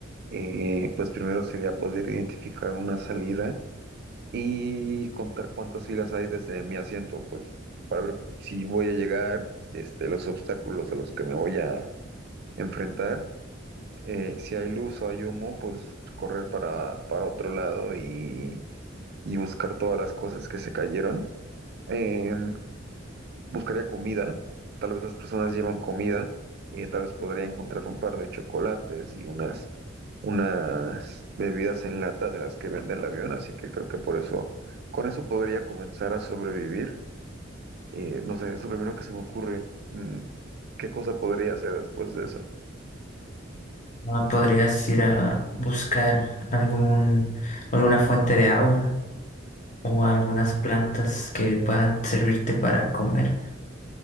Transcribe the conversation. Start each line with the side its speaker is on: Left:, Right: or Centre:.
Right: Eh, pues primero sería poder identificar una salida y contar cuántas filas hay desde mi asiento, pues para ver si voy a llegar, este, los obstáculos a los que me voy a enfrentar. Eh, si hay luz o hay humo, pues correr para, para otro lado y, y buscar todas las cosas que se cayeron. em, buscaría comida, tal vez las personas llevan comida, eh, tal vez podría encontrar un par de chocolates y unas, unas bebidas en lata de las que vende el avión, así que creo que por eso, con eso podría comenzar a sobrevivir. Eh, no sé, es lo primero que se me ocurre. Mm, ¿Qué cosa podría hacer después de eso?
Left: Ah, Podrías ir a buscar algún, alguna fuente de agua o algunas plantas que puedan servirte para comer.